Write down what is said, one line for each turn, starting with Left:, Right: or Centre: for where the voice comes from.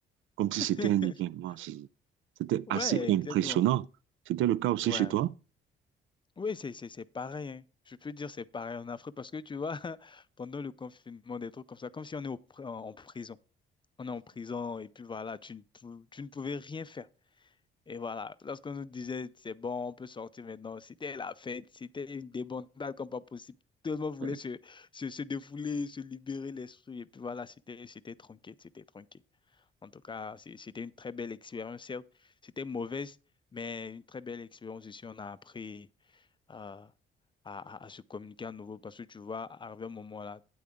Right: comme
Left: <laughs>
Right: si c'était un événement. C'est- C'était
Left: Ouais,
Right: assez impressionnant.
Left: exactement.
Right: C'était le cas aussi
Left: Ouais.
Right: chez toi?
Left: Oui, c'est c'est- c'est pareil. hein. Je peux dire c'est pareil en Afrique parce que tu vois, <laughs> pendant le confinement, des trucs comme ça, comme si on est au pri- en, en prison. On est en prison et puis voilà, tu ne, pou- tu ne pouvais rien faire. Et voilà, lorsqu'on nous disait c'est bon, on peut sortir maintenant, c'était la fête, c'était une débandade comme pas possible. Tout le monde voulait
Right: Oui,
Left: se, se, se défouler, se libérer l'esprit. Et puis voilà, c'était c'était tranquille, c'était tranquille. En tout cas, c'est- c'était une très belle expérience, certes. C'était mauvaise, mais une très belle expérience aussi. On a appris euh, à, à- à se communiquer à nouveau parce que tu vois, arriver un moment là,